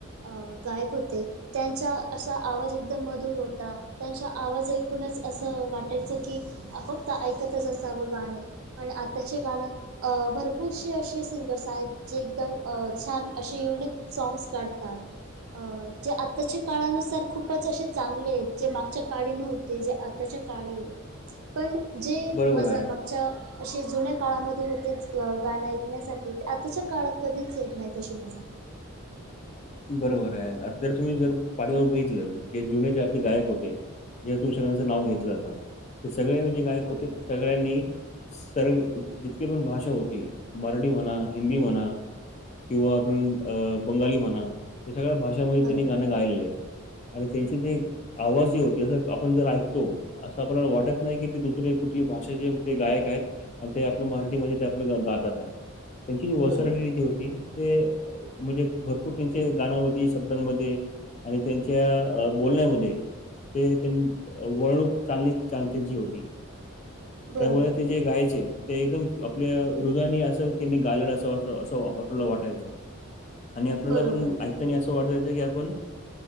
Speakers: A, on the right (about 85°); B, on the left (about 35°).
A: अ गायक होते. त्यांचा, असा आवाज एकदम मधुर होता. त्यांचा आवाज ऐकूनच असं वाटायचं की, अ फक्त ऐकतच असावं गाणे. आणि आताचे गाणं, अ भरपूरसेे असे सिंगर्स आहेत जे एकदम अ छान असे युनिक सॉग्स काढतात. अ जे आत्ताच्या काळानुसार खूपच असे चांगले आहेत, जे मागच्या काळी नव्हं ते जे आताच्या काळी,,, पण जे
B: बरोबर
A: मजा
B: आहे.
A: माग च्या, अशा जुन्या काळामध्ये होतेच गाणं ऐकण्यासाठी, ते आताच्या काळात कधीच येत नाही तशी मजा.
B: बरोबर आहे,, आता जर तुम्ही जर पाठीमागे बघितलं, जे जुने जे आपले गायक होते जे तुम्ही सगळ्यांचं नाव घेतलं आता, ते सगळे जे गायक
A: बरोबर
B: होते सगळ्यांनी,, सर् जितके पण भाषा होते, मराठी म्हणा हिंदी म्हणा किंवा आपण अ बंगाली म्हणा, या सगळ्या भाषांमध्ये
A: बरोबर
B: त्यांनी गाणं गायलेले आहेत. आणि त्यांचे जे, आवाज जे होते,, आपण जर ऐकतो असं आपल्याला वाटत नाही की ते दुसरे कुठली भाषेचे जे गायक आहेत. आणि ते आपलं मराठीमध्ये ते आपलं गातात आहे‌. त्यांची जी वसरलेली
A: बरोबर
B: जी होती, ते म्हणजे भरपूर त्यांच्या गानामध्ये, शब्दांमध्ये, आणि त्यांच्या बोलण्यामध्ये ते त्यां वळणूक चांगली त्यांची होती.
A: बरोबर
B: त्यामुळे ते जे गायचे ते एकदम आपल्या हृदयानी असं त्यांनी गालेलं असंं, असं आपल्याला वाटायचं. आणि आपल्यांला
A: बरोबर
B: पणं ऐकतांना असं वाटायचं की आपणं